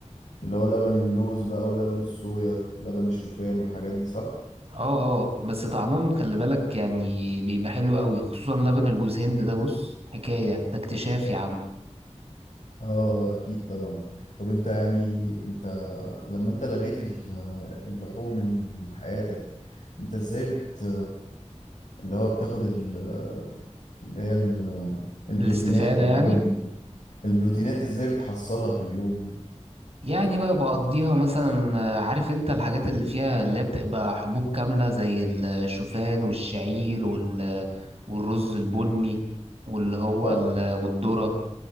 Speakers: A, on the left; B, on the right.
A: اللي هو لبن اللوز بقى ولبن الصويا ولبن الشوفان والحاجات دي صح
B: اه اه بس طعمهم خلي بالك يعني بيبقى حلو قوي خصوصا لبن الجوز هند ده بص حكاية ده اكتشاف يا عم
A: اه اكيد طبعا طب انت يعني انت لما انت لغيت ال- اللحوم من من حياتك انت ازاي بت اللي هو بتاخد ال- اللي هي ال- البروتينات
B: الاستفادة
A: والحاجات
B: يعني
A: دي البروتينات ازاي بتحصلها في اليوم يعني
B: يعني بقى بقضيها مثلا آه، عارف انت الحاجات اللي فيها اللي هي بتبقى حبوب كاملة زي الشوفان والشعير وال والرز البني واللي هو
A: اه
B: ال... والذرة